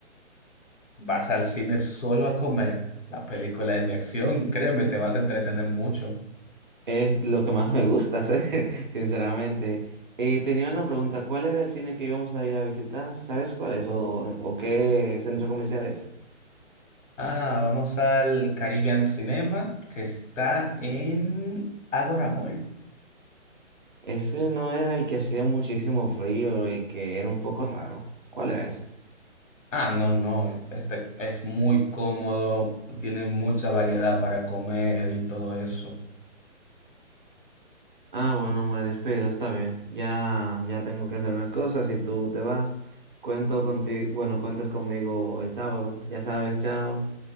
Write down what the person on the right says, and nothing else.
Es lo que más me gusta hacer, <laughs> sinceramente. Eh, tenía una pregunta, ¿cuál era el cine que íbamos a ir a visitar? ¿Sabes cuál es? ¿O, o qué centro comercial es?
Ese no era el que hacía muchísimo frío y que era un poco raro. ¿Cuál era ese?
Ah, bueno, me despido, está bien. Ya, ya tengo que hacer unas cosas y tú te vas. Cuento contigo, bueno, cuentas conmigo el sábado, ya sabes, chao.